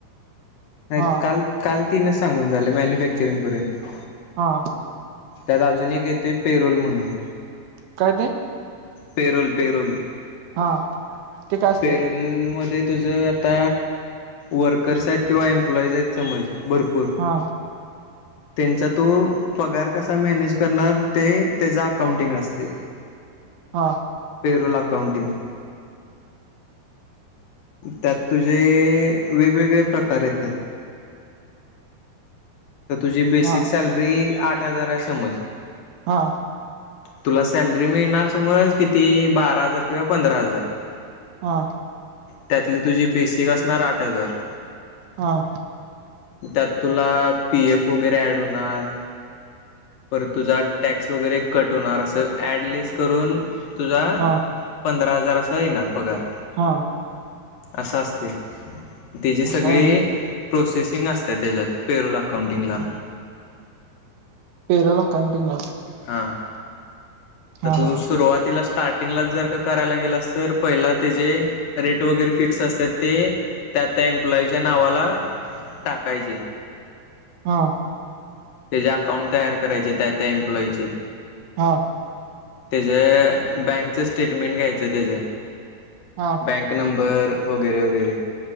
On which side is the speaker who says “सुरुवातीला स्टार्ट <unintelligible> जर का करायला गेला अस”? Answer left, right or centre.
Left